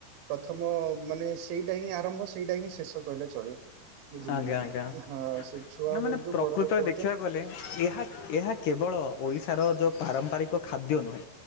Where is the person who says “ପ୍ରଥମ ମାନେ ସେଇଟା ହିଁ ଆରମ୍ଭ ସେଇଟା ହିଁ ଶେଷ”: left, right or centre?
Right